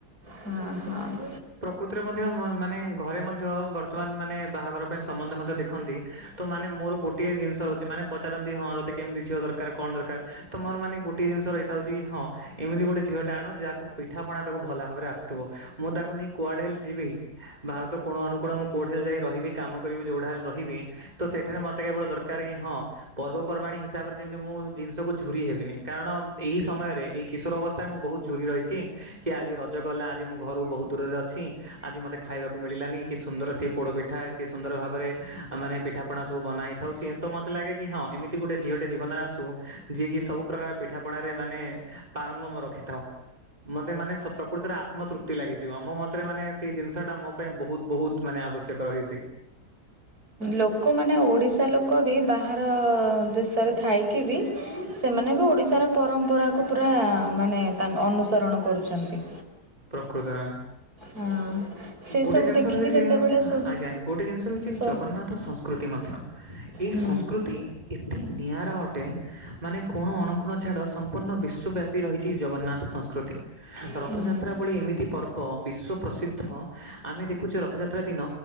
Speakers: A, on the right (about 65°); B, on the right (about 25°).
A: ହଁ ହଁ
B: ପ୍ରକୃତିରେ ମଧ୍ୟ ମାନେ ଘରେ ମଧ୍ୟ ବର୍ତ୍ତମାନ ମାନେ ବାହାଘର ପାଇଁ ସମନ୍ଧ୍ ମଧ୍ୟ ଦେଖନ୍ତି। ତ ମାନେ ମୋର ଗୋଟିଏ ଜିନିଷ ରହୁଛି ମାନେ ପଚାରନ୍ତି ହଁ ତତେ କେମିତି ଝିଅ ଦରକାର କଣ ଦରକାର୍ ତମର ମାନେ ଗୋଟେ ଜିନିଷ ରହିଥାଉଛି କି ହଁ। ଏମିତି ଗୋଟେ ଝିଅ ଟା ଆଣୁ ଯାହାକୁ ପିଠାପଣା ତାକୁ ଭଲ ଭାବରେ ଆସଥିବ ମୁଁ ତାକୁ ନେଇ କୁଆଡ଼େ ହେଲେ ଯିବି। ଭାରତ କୋଣ ଅନୁକୋଣ ମୁଁ କୋଉଠା ହେଲେ ଯାଇକ ରହିବି କାମ କରିବି ଯୋଉଟା ହେଲେ ରହିବି। ତ ସେଠାରେ ମତେ କେବଳ ଦରକାର କି ହଁ। ପର୍ବପର୍ବାଣିୀ ହିସାବରେ ଯେମତି ମୁଁ ଜିନିଷକୁ ଝୁରି ହେବିନି କାରଣ ଏହି ସମୟରେ ଏଇ କିଶୋର ଅବସ୍ଥାରେ ମୁଁ ବହୁତ ଝୁରି ରହିଛି କି ଆଜି ରଜ ଗଲା ଆଜି ମୁଁ ଘରୁ ବହୁତ ଦୂରରେ ଅଛି ଆଜି ମୋତେ ଖାଇବାକୁ ମିଳିଲାନି କି ସୁନ୍ଦର ସେ ପୋଡ଼ ପିଠା କି ସୁନ୍ଦର ଭାବରେ ମାନେ ପିଠା ଆପଣ ସବ ବନେଇ ଥାଉଛି ତ ମତେ ଲାଗେ କି ହଁ ଏମିତି ଗୋଟେ ଝିଅଟେ ଜୀବନରେ ଆସୁ ଯିଏ କି ସବୁ ପ୍ରକାର ପିଠାପଣାାରେ ମାନେ ପାରଙ୍ଗମ ରଖିଥାଉ ମତେ ମାନେ ପ୍ରକୃତରେ ସତ ମାନେ ଆତ୍ମତୃପ୍ତି ଲାଗିଯିବ ମୋ ମତରେ ମାନେ ସେଇ ଜିନିଷ ଟା ମୋ ପାଇଁ ବହୁତ୍ ବହୁତ୍ ମାନେ ଆବଶ୍ୟକ ରହିଛି।
A: ଲୋକମାନେ ଓଡ଼ିଶା ଲୋକ ବି ବାହାର ଦେଶରେ ଥାଇକି ବି ସେମାନେ ବି ଓଡିଶାର ପରମ୍ପରାକୁ ପୁରା ମାନେ ତାଙ୍କ ଅନୁସରଣ କରୁଛନ୍ତି।
B: ପ୍ରକୃତରେ
A: ହଁ ସେସବୁ
B: ଗୋଟେ ଜିନିଷ
A: ଦେଖିକି
B: ରହିଛି
A: ଯେତେବେଳେ ସୋ
B: ଆଜ୍ଞା ଆଜ୍ଞା ଗୋଟେ ଜିନିଷ ରହିଛି
A: ସୋ
B: ଜଗନ୍ନାଥ ସଂସ୍କୃତି ମଧ୍ୟ। ଏଇ
A: ହୁଁ
B: ସଂସ୍କୃତି। ଏତେ ନିଆଁରା ଅଟେ ମାନେ କୋଣ ଅନୁକୋଣ ଛାଡ଼ ସମ୍ପୂର୍ଣ୍ଣ ବିଶ୍ୱବ୍ୟାପୀ ରହିଛି ଜଗନ୍ନାଥ ସଂସ୍କୃତି ରଥଯାତ୍
A: ହୁଁ
B: ରାତ୍ରା ଭଳି ଏମିତି ପର୍ବ ବିଶ୍ଵ ପ୍ରସିଦ୍ଧ ଆମେ ଦେଖୁଛୁ ରଥଯାତ୍ରା ଦିନ